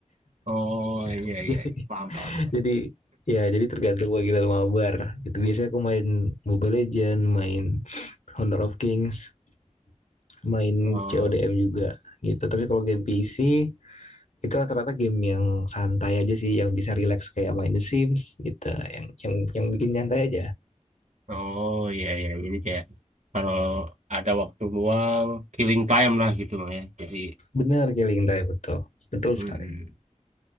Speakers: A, on the right; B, on the left.
A: Oh, iya,
B: <laughs>
A: iya, paham, paham.
B: Jadi ya jadi tergantung panggilan mabar. Itu biasanya aku main Mobile Legend, main Honor of Kings, main
A: Oh.
B: CODM juga gitu. Tapi kalau game PC itu rata-rata game yang santai aja sih, yang bisa relax kayak main The Sims gitu, yang yang yang bikin nyantai aja.
A: Oh iya iya jadi kayak kalau ada waktu luang killing time lah gitu bang ya. Jadi
B: Benar killing time, betul. Betul
A: mm-mm.
B: sekali.